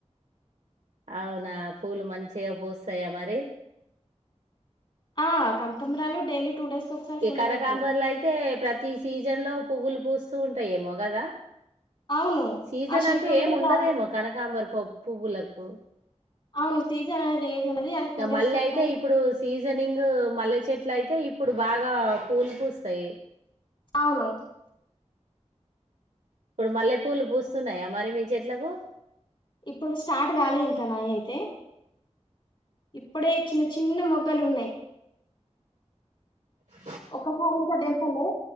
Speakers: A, on the right (about 75°); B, on the left (about 45°).
A: అవునా పూలు మంచిగా పూస్తాయా మరి
B: ఆ కనకంరాలు డైలీ టూ డేస్ కి ఒకసారి
A: ఈ
B: ఫుల్
A: కరకాంబర్ల్
B: వెళ్తాయి
A: అయితే ప్రతి సి సీజన్ లో పువ్వులు పూస్తూ ఉంటాయేమో కదా
B: అవును
A: సీజన్
B: ఆ చెట్టు
A: అంటూ
B: ఉంటే
A: ఏమ్ ఉండదేమో
B: చాలు
A: కనకాంబర్ పప్పు బులకు
B: అవును సీజన్ అనేది ఏది ఉన్నది అది
A: ఇకా
B: టూ డేస్
A: మళ్ళాయితే
B: కి ఒకసారి
A: ఇప్పుడు సీజనింగు మల్లె చెట్టు ఇట్లయితే ఇప్పుడు బాగా పూలు పూస్తాయి
B: అవును
A: ఇప్పుడు మళ్ళీ పూలు పూస్తున్నాయా మరి మీ చెట్లకు
B: ఇప్పుడు స్టార్ట్ కాలే ఇంకా నాయి అయితే ఇప్పుడే చిన్న చిన్న మొగ్గలు ఉన్నాయి
A: అ
B: ఒక్కసారి ఇంకా దెంపలే